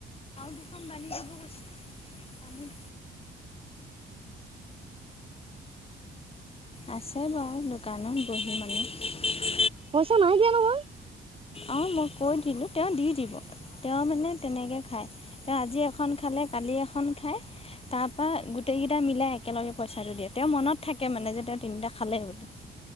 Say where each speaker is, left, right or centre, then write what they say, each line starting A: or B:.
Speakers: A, on the left (about 30°); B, on the right (about 30°).
A: দুখন বান্ধি দিব গৈছে। তামোল আছে বাৰু, দোকানত বহি মানুহ।
B: পইচা নাই দিয়া নহয়।
A: অ', মই কৈ দিলোঁ। তেওঁ দি দিব। তেওঁ মানে তেনেকৈ খায়। তেওঁ আজি এখন খালে, কালি এখন খায় তাৰ পৰা গোটেইকেইটা মিলাই একেলগে পইচাটো দিয়ে। তেওঁৰ মনত থাকে মানে, যে তেওঁ তিনিটা খালে বুলি।